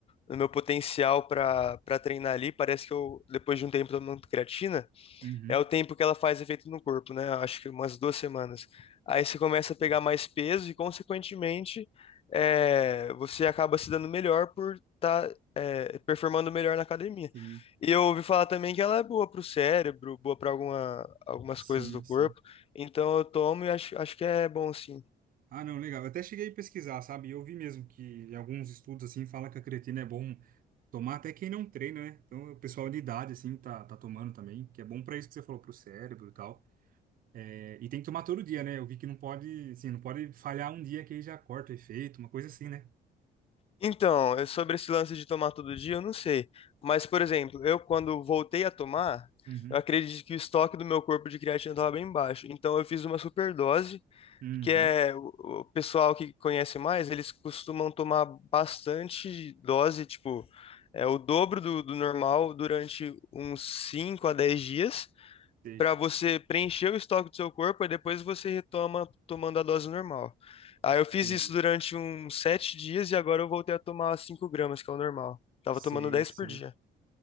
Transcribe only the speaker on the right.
uhum,
sim,
sim,
sim.
Ah, não, legal. Eu até cheguei a pesquisar, sabe? E Eu vi mesmo que em alguns estudos assim fala que a creatina é bom tomar até quem não treina, né? Então o pessoal de idade assim tá, tá tomando também, que é bom pra isso que você falou pro cérebro e tal. É, e tem que tomar todo dia, né? Eu vi que não pode, assim, não pode falhar um dia que aí já corta o efeito, uma coisa assim, né?
Uhum,
uhum,
sei,
ah,
entendi,
sei,
sei.